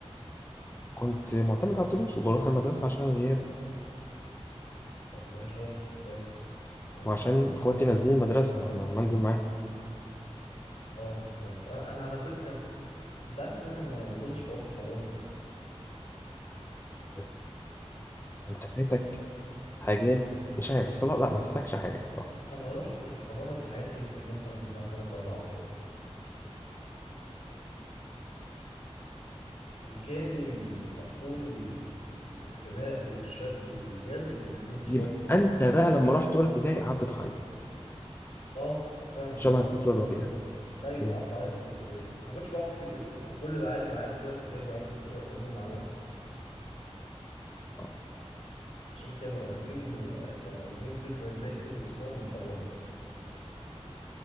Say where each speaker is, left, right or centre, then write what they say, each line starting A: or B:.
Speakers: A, on the left; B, on the left.
A: كنت معتمد على الدروس وبروح المدرسة عشان الغياب
B: والله شاطر كويس كويس
A: وعشان
B: ده كويس
A: إخواتي نازلين المدرسة ما منزل معاهم
B: اه كويس انا انا على فكرة انت عارف ان انا ما كنتش بروح الحضانة
A: كده أنت فاتك حاجات مش عارف الصلاة لا ما فاتكش حاجة الصراحة
B: انا رحت الحضانة في حياتي يمكن مثلا بتاع تلات اربع مرات وكانوا يصحوني بال... بالخناق وبالشد وبالجذب وما كنتش
A: يبقى
B: برضه
A: أنت بقى لما رحت أولى ابتدائي قعدت تعيط
B: اه فعلا
A: شبه
B: ده اللي
A: الطفل
B: حصل
A: الرضيع
B: ايوه
A: أمم.
B: قعدت اعيط في اولى ابتدائي ما كنتش بعرف اكتب اسمي كان كل العيال اللي معايا في اولى ابتدائي بيعرفوا يكتبوا اساميهم ما عدا أنا.
A: آه.
B: عشان كانوا واخدين كانوا واخدين فكره ازاي يكتبوا اسمهم من الحضانه